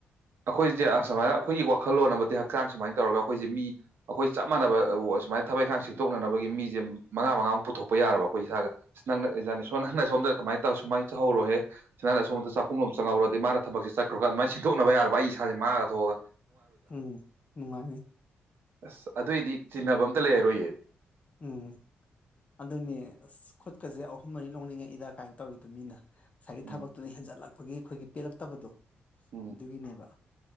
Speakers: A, on the right; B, on the left.
A: ꯑꯩꯈꯣꯏꯁꯦ ꯁꯃꯥ꯭ꯏꯅ ꯑꯩꯈꯣꯏꯒꯤ ꯋꯥꯈꯜꯂꯣꯟ ꯑꯃꯗꯤ ꯍꯛꯆꯥꯡ ꯁꯨꯃꯥꯏꯅ ꯇꯧꯔꯒ ꯑꯩꯈꯣꯏꯁꯦ ꯃꯤ ꯑꯩꯈꯣꯏ ꯆꯞ ꯃꯥꯟꯅꯕ ꯁꯨꯃꯥꯏꯅ ꯊꯕꯥꯛ ꯏꯟꯈꯥꯡ ꯁꯤꯟꯇꯣꯛꯅꯥꯅꯕꯒꯤ ꯃꯤ ꯒꯤꯝ ꯃꯉꯥ ꯃꯉꯥ ꯃꯨꯛ ꯄꯨꯊꯣꯛ ꯄꯣꯛꯄ ꯌꯥꯔꯕ ꯑꯩꯈꯣꯏ ꯏꯁꯥꯒꯦ ꯑꯦ ꯔꯥꯅꯦꯁꯣꯔ ꯅꯪꯅꯥ ꯁꯣꯝꯗꯥ ꯁꯨꯃꯥꯏꯅꯥ ꯊꯧꯍꯧꯔꯣꯍꯦ ꯁꯥꯅꯥꯅ ꯁꯣꯝꯗ ꯆꯥꯛꯈꯨꯝ ꯔꯣꯝ ꯆꯪꯍꯧꯔꯗꯤ ꯃꯥꯅ ꯊꯕꯛꯁꯦ ꯆꯠꯈ꯭ꯔꯥꯒꯥ ꯑꯗꯨꯃꯥꯏꯅ ꯁꯤꯟꯊꯣꯛꯅꯕ ꯌꯥꯔꯕ ꯑꯩ ꯢꯁꯥꯁꯦ ꯃꯥꯒꯥ ꯊꯣꯒꯥ
B: ꯎꯝ ꯅꯨꯡꯉꯥꯏꯅꯤ
A: ꯑꯁ ꯑꯗꯨꯑꯣꯏꯗꯤ ꯆꯤꯡꯅꯕ ꯑꯝꯇ ꯂꯩꯔꯔꯣꯏꯌꯦ
B: ꯎꯝ ꯑꯗꯨꯅꯦ ꯑꯁ ꯈꯨꯠꯀꯥꯁꯦ ꯑꯍꯨꯝ ꯃꯔꯤ ꯂꯣꯡꯅꯤꯡꯉꯛꯏꯗ ꯀꯥꯏꯅ ꯇꯧꯔꯤꯗꯣ ꯃꯤꯅꯥ ꯉꯥꯁꯥꯏꯒꯤ
A: ꯎꯝ
B: ꯊꯕꯛꯇꯨꯅ ꯍꯦꯟꯖꯜꯂꯛ ꯑꯩꯈꯣꯏꯒꯤ ꯑꯩꯈꯣꯏꯒꯤ ꯄꯦꯜꯂꯛꯇꯕꯗꯣ
A: ꯎꯝ
B: ꯑꯗꯨꯒꯤꯅꯦꯕꯥ